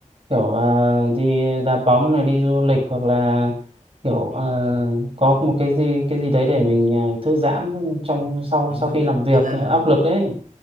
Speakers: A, on the right (about 45°); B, on the right (about 80°).
A: kiểu ờ, đi đá bóng này đi du lịch hoặc là kiểu ờ,
B: đúng rồi
A: có một cái gì cái gì đấy để mình ờ, thư giãn trong sau
B: đúng
A: sau
B: rồi
A: khi làm việc
B: thật ra
A: ờ,
B: là
A: áp lực đấy.